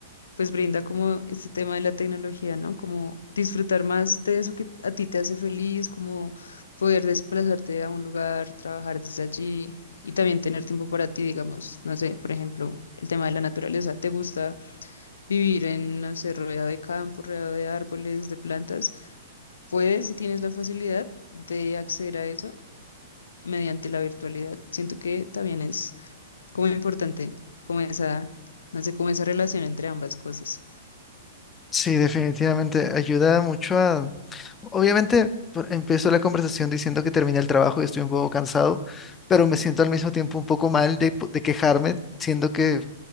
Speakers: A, on the left; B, on the left.
A: pues brinda como este tema de la tecnología, ¿no? Como disfrutar más de eso que a ti te hace feliz, como poder desplazarte a un lugar, trabajar desde allí y también tener tiempo para ti, digamos, no sé, por ejemplo, el tema de la naturaleza, ¿te gusta vivir en, no sé, rodeado de campo, rodeado de árboles, de plantas? Puedes, si tienes la facilidad de acceder a eso mediante la virtualidad. Siento que también es como importante, como esa, no sé, como esa relación entre ambas cosas.
B: Sí, definitivamente ayuda mucho a... Obviamente, por- empiezo la conversación diciendo que terminé el trabajo y estoy un poco cansado, pero me siento al mismo tiempo un poco mal de, po- de quejarme, siendo que